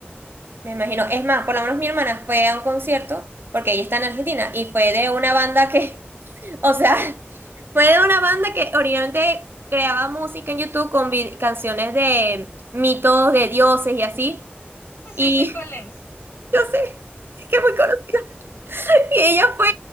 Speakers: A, on the right; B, on the left.
A: me imagino. Es más, por lo menos mi hermana fue a un concierto porque ella está en Argentina y fue de una banda que O sea, <laughs> fue de una banda que originalmente creaba música en YouTube con vi- canciones de mitos, de dioses y así. Y
B: Sí sé cuál es.
A: <laughs> yo sé, es que muy conocida. Y ella fue,